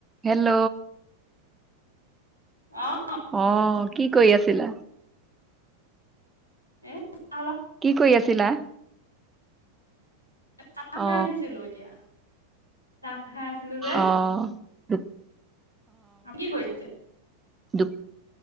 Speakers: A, on the right; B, on the left.
A: Hello.
B: অ'।
A: অ কি কৰি আছিলা?
B: এ চাল
A: কি কৰি আছিলা?
B: চাহ খাই
A: অ
B: উঠিছিলো এতিয়া, চাহ খাই আছিলো যে,
A: অ দু-
B: দা কি কৰিছে?
A: দুু